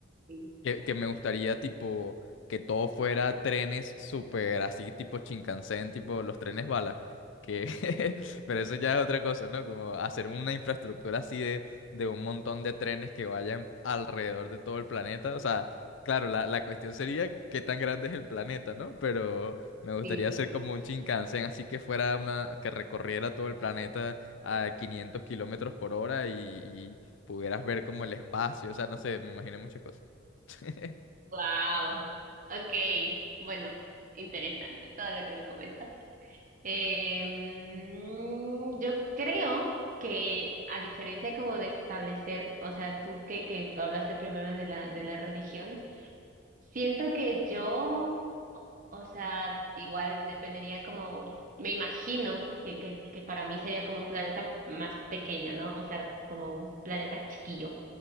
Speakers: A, on the right; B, on the left.
A: sí.
B: que, que me gustaría, tipo, que todo fuera trenes súper así, tipo Shinkansen, tipo los trenes bala. Que... <laughs> Pero eso ya es otra cosa, ¿no? Como hacer una infraestructura así de, de un montón de trenes que vayan alrededor de todo el planeta. O sea, claro, la, la cuestión sería qué tan grande es el planeta, ¿no? Pero me gustaría
A: Sí,
B: hacer como un Shinkansen así que fuera una... que recorriera todo el planeta a 500 kilómetros por hora y, y pudieras ver como el espacio. O sea, no sé, me imaginé muchas cosas. <laughs>
A: wow. Ok, bueno, interesante todo lo que me comentas. Eh, mm, yo creo que a diferencia como de establecer, o sea, tú que, que hablaste primero de la, de la religión, siento que yo O sea, igual dependería como, me imagino que, que, que para mí sería como un planeta más pequeño, ¿no? O sea, como un planeta chiquillo.